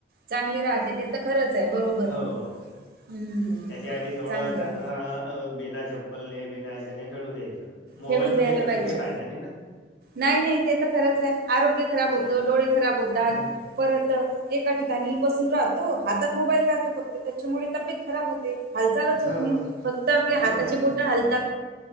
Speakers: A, on the right; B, on the left.
A: चांगली राहते. ते तर खरंच आहे बरोबर
B: हो
A: आहे. हं, हं.
B: त्याच्यासाठी सगळं
A: चांगलं
B: त्यांना
A: आहे.
B: बिना चप्पलने बिना याच्याने खेळू द्यायचं मोबाईलमध्ये
A: खेळूच द्यायला
B: खेळून
A: पाहिजे.
B: काही फायदा नाही ना?
A: नाही नाही ते तर खरंच आहे, आरोग्य खराब होतं.
B: अ,
A: डोळे खराब होतात
B: हो
A: परत एका ठिकाणी बसून राहतो. हातात मोबाईल राहतो फक्त त्याच्यामुळे तब्येत खराब होते. हालचालच
B: हो,
A: होत नाही फक्त आपल्या हाताची
B: बरोबर
A: बोट हालतात.